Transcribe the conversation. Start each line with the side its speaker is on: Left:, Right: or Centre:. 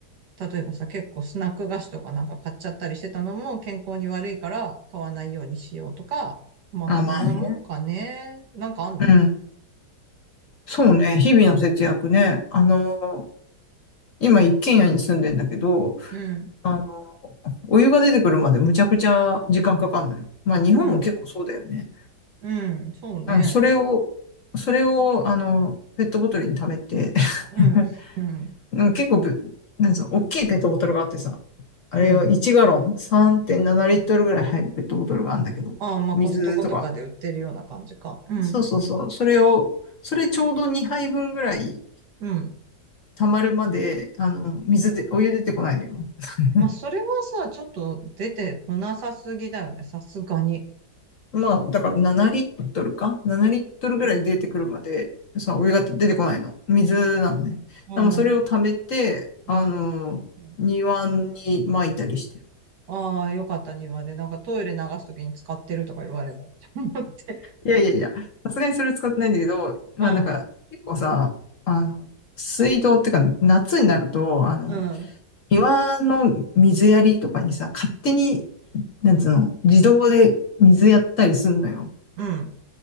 Right: 例えばさ、結構スナック菓子とかなんか買っちゃったりしてたのも健康に悪いから買わないようにしようとか、まあ、
Left: あまあね。
Right: そんなもんかね。なんかあんの
Left: うん。そうね、日々の節約ね。あの今一軒家に住んでんだけど、
Right: うん、
Left: あのお湯が出てくるまでむちゃくちゃ時間かかるのよ。まあ日本も結構そうだよね。
Right: うん、うん、そうね。
Left: うん、それを、それを、あの、ペットボトルに溜めて
Right: うん、
Left: <laughs>
Right: うん。
Left: うんか結構ぶ、なんつうの、大きいペットボトルがあってさ、あれは1ガロン、
Right: うん。
Left: 3.7リットルぐらい入るペットボトルがあるんだけど、
Right: ああ、まあコストコとかで売ってるような感じか。
Left: 水とか。
Right: うん。
Left: そうそうそう。それを、それちょうど2杯分ぐらい
Right: うん。
Left: 溜まるまで、あの、水で、お湯出てこないのよ。<laughs>
Right: まあそれはさ、ちょっと出てこなさすぎだよね。さすがに。
Left: まあ、だから7リットルか ?7 リットルぐらい出てくるまで、
Right: うん。
Left: さ、お湯が出てこないの。
Right: うん。
Left: 水なのね。
Right: ああ、
Left: でもそれを溜めて、
Right: なるほど。
Left: あの、
Right: どうするうん。
Left: 庭に撒いたりしてる。
Right: ああ、よかった庭で、なんかトイレ流すときに使ってるとか言われる。<laughs> 思って。
Left: いやいやいや、さすがにそれ使ってないんだけど、
Right: うん。
Left: まあなんか、結構さ、あの、水道っていうか、夏になると、あの、
Right: うん。
Left: 庭の水やりとかにさ、勝手に、なんつうの、自動で水やったりすんのよ。
Right: うん。